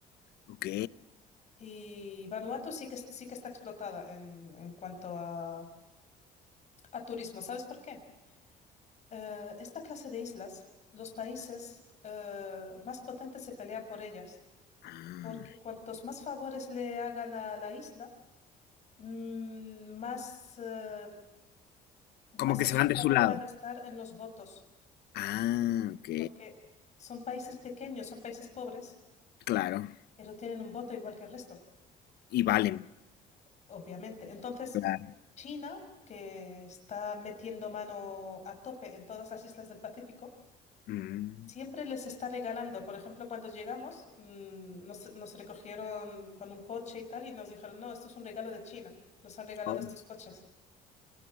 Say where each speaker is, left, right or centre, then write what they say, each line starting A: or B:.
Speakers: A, on the left (about 70°); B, on the left (about 45°).
A: ok.
B: Y Vanuatu sí que, es- sí que está explotada en, en cuanto a, a turismo. ¿Sabes por qué? Eh, esta clase de islas, los países eh, más potentes se pelean por ellas,
A: Ah,
B: porque cuantos más favores le hagan a la isla, mm, más, eh, más
A: como que
B: a
A: se
B: su
A: van
B: favor
A: de su lado.
B: van a estar en los votos,
A: Ah, ok,
B: porque son países pequeños, son países pobres,
A: claro,
B: pero tienen un voto igual que el resto,
A: y valen,
B: obviamente. Entonces,
A: claro.
B: China, que está metiendo mano a tope en todas las islas del Pacífico,
A: Mm.
B: Siempre les está regalando. Por ejemplo, cuando llegamos, mm, nos, nos recogieron con un coche y tal, y nos dijeron, no, esto es un regalo de China. Nos han regalado
A: Oh,
B: estos coches.